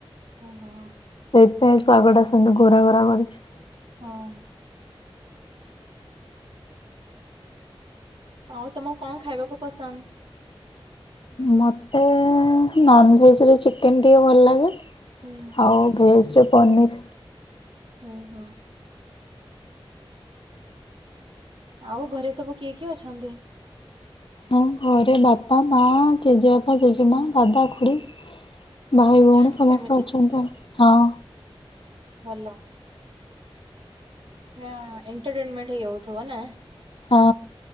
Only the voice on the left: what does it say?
ସେଇଥିପାଇଁ ଆଜି ପାଗଟା ସେମିତି ଘୋରା ଘୋରା କରିଛି।
ମୋତେ ନନ୍ଭେଜ୍ ରେ ଚିକେନ୍ ଟିକେ ଭଲ ଲାଗେ।
ଆଉ ଭେଜ୍ ରେ ପନିର୍।
ହଁ ଘରେ ବାପା, ମା, ଜେଜେବାପା, ଜେଜେମା, ଦାଦା, ଖୁଡ଼ି ଭାଇ ଭଉଣୀ
ସମସ୍ତେ
ଅଛନ୍ତି ଆଉ ହଁ।
ହଁ